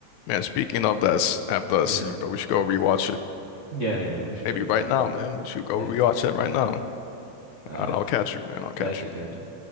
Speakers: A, on the left; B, on the right.
A: Man, speaking of that, s- after
B: Yeah.
A: that scene, bro, we should go rewatch it.
B: Yeah, yeah, we should
A: Maybe
B: go rewatch
A: right now,
B: it.
A: man. We should go
B: Yeah.
A: rewatch that right now.
B: All right,
A: All right, I'll catch you, man. I'll catch
B: catchy,
A: you.
B: catchy.